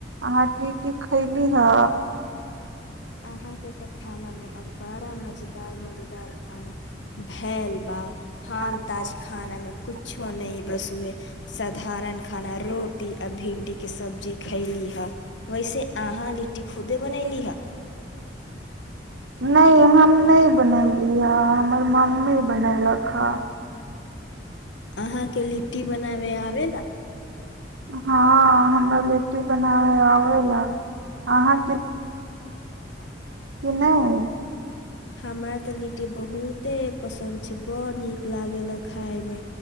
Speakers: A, on the right (about 75°); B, on the left (about 75°).
A: अहाँ कि की खैली हँ
B: अहाँके तऽ खानामे आज बड़ा मजेदार मजेदार खाना भेलै बा हम
A: चालेल
B: ताज
A: चालेल.
B: खाना मे कुछो
A: खूप छान
B: न
A: बोललीस.
B: बस उएह साधारण खाना रोटी आ भिंडी के सब्जी खैली हे वैसे
A: आहार
B: अहा
A: व्यवस्था
B: लिट्टी खुदे बनैली
A: बनवली?
B: ह
A: नहि हम नहि बनैली ह हमरा तऽ मम्मी बनैलक ह
B: अहाँके लिट्टी बनाबै आबे हे
A: हँ हमरा लिट्टी बनाबे आबेला अहाँ नहि
B: हमरा ते लिट्टी बहुते पसन्द छै बड़ नीक लागेला खाय मे